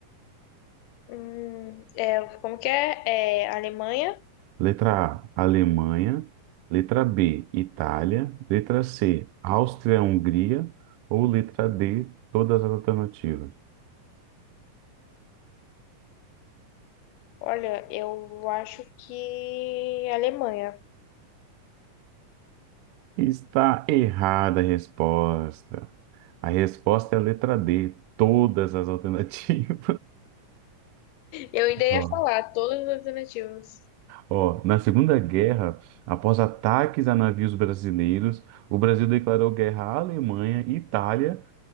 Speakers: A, on the left (about 80°); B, on the right (about 75°).
A: Hum, é, como que é? É, Alemanha?
B: Letra A, Alemanha. Letra B, Itália. Letra C, Áustria-Hungria. Ou letra D, todas as alternativas.
A: Olha, eu acho que Alemanha.
B: Está errada a resposta. A resposta é a letra D, todas as alternativas.
A: Eu ainda ia
B: <laughs> Ó,
A: falar todas as alternativas.
B: Ó, na Segunda Guerra, após ataques a navios brasileiros, o Brasil declarou guerra à Alemanha, Itália